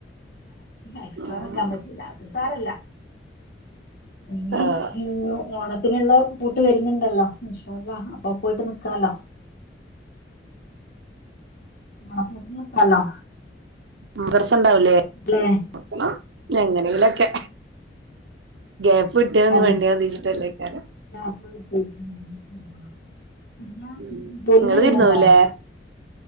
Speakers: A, on the left; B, on the right.
A: എക്സ്ട്രാ
B: ഉം
A: ന്ക്കാൻ പറ്റ് ഇല്ല അത് സാരല്ല ഇനി
B: ആഹ്
A: ഓണ പിന്നെ ള്ള പൂട്ട് വരുന്നുണ്ടല്ലോ ഇഷ അള്ള അപ്പൊ പോയിട്ട് നിക്കാലോ മണപ്പുറത്ത് നിക്കാലോ
B: മദ്രസണ്ടാവുലെ
A: അല്ലേ
B: <unintelligible> എങ്ങനെലൊക്കെ ഗ്യാപ്പ് ഇട്ടിയതി
A: അതെ
B: വണ്ടിയതിച്ചിട്ടല്ലേക്കാര
A: <unintelligible> എന്താ
B: ഉം
A: ജോലി
B: ഇങ്ങള്
A: ചെയ്യുന്നുണ്ടോ
B: വിരുന്നു പോവില്ലേ